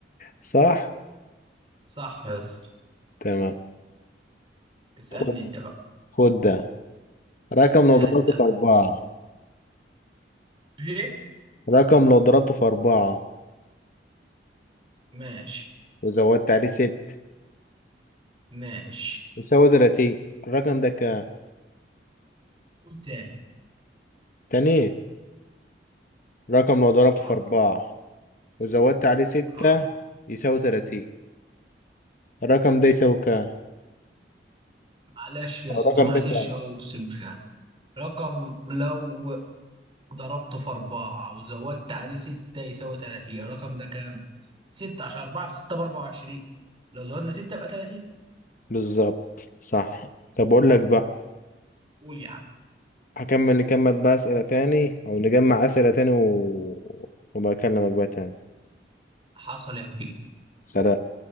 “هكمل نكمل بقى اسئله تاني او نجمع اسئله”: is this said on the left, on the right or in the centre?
Left